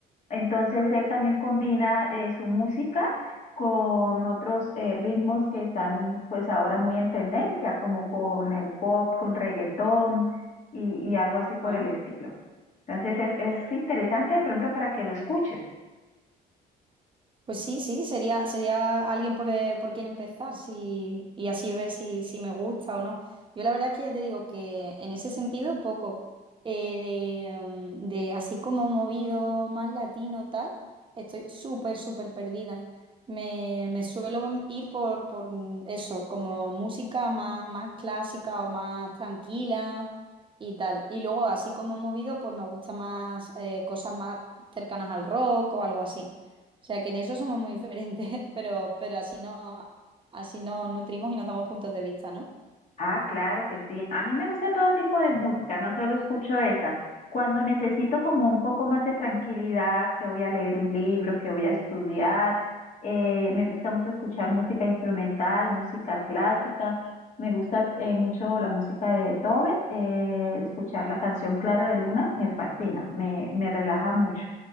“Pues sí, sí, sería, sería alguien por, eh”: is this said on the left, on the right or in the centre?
Right